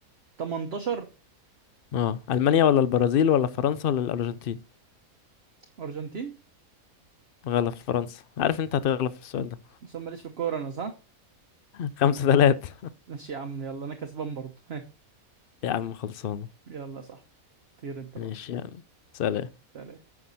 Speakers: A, on the right; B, on the left.
A: 18
B: اه المانيا ولا البرازيل ولا فرنسا ولا الارجنتين
A: أرجنتين
B: غلط فرنسا عارف انت هتغلط في السؤال ده
A: بس أنا ماليش في الكورة أنا صح
B: <laughs> خمسة ثلاثة
A: ماشي يا عم يلا أنا كسبان برضه <laughs>
B: يا عم خلصانة
A: يلا يا صاحبي طير أنت بقى
B: ماشي يعني سلام
A: سلام.